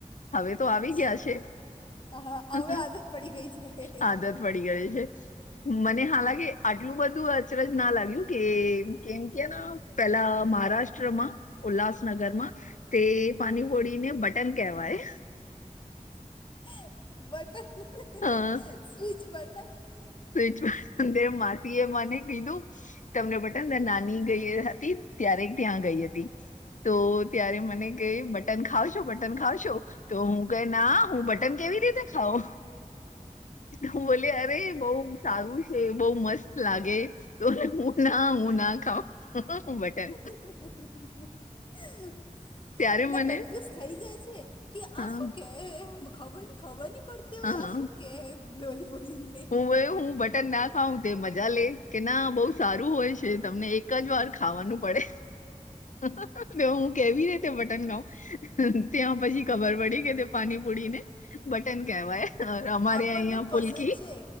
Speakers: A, on the left; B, on the left.
A: હવે તો
B: અચ્છા
A: આવી ગયા છે,
B: હા
A: <unintelligible>
B: હવે આદત પડી ગઈ છે
A: આદત પડી ગે છે, મને હાલાકી આટલું બધું અચરજ ના લાગ્યું કે કેમ કે પેલા મહારાષ્ટ્રમાં ઉલ્લાસનગરમાં તે પાનીભોળીને બટન કહેવાય.
B: <unintelligible> બટન
A: અ
B: <unintelligible> સ્વિચ બટન
A: <unintelligible> માસી એ મને કીધું, તમને બતા નાની ગઈ હતી ત્યારે ત્યાં ગઈ હતી. તો ત્યારે મને ક બટન ખાવશો બટન ખાવશો તો હું ક ના હું બટ ટન કેવી રીતે ખાવ, હું બોલી અરે બ બ સારું છે બહુ મસ્ત લાગે. તો હું ના હું ના ખાઉં <unintelligible> બટન
B: <unintelligible>
A: ત્યારે
B: મે
A: મને
B: કન્ફ્યુઝ થઈ જાય છે. કે
A: હા
B: આસું કે હૈે ખબર ન ખબર ન પડતી હોય
A: હા
B: આસું કે હ બોલી બોલીને
A: હું હું બટન નાખ હાું તે મજા લે કે ના બહુ સારું હોય છે તમને એક જ વાર ખાવાનું પડે <unintelligible> અને હું કેવી રે તે બટન ખઉ ત્યાં પછી ખબર પડી કે તે પાણી પુડીને બટન કહેવાય. અ, અમારે
B: આપણને
A: અહિયાં
B: પસંદ
A: ફુલકી
B: છે,